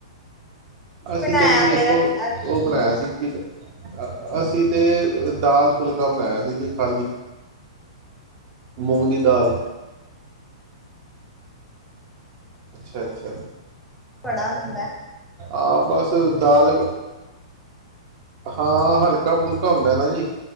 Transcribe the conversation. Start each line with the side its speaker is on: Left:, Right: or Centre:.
Centre: ਕੀ
Right: ਅਸੀਂ
Centre: ਬਣਾਇਆ
Right: ਤੇ ਜੀ ਦੇਖੋ
Centre: ਫੇਰ ਅੱਜ
Right: ਉਹ
Centre: ਤੁਸੀਂ
Right: ਬਣਾਇਆ
Centre: ਨੇ?
Right: ਸੀ ਕਿ ਕੇਂ ਅ, ਅ ਅਸੀਂ ਤੇ ਦਾਲ -ਫੁਲਕਾ ਬਣਾਇਆ ਸੀ ਜੀ ਖਾਲੀ, ਮੂੰਗ ਦੀ ਦਾਲ। ਅੱਛਾ ਅੱਛਾ
Centre: ਬੜਾ ਹੁੰਦਾ।
Right: ਹਾਂ ਬਸ ਦਾਲ, ਹਾਂ ਹਲਕਾ ਫੁਲਕਾ ਹੁੰਦਾ ਨਾ ਜੀ,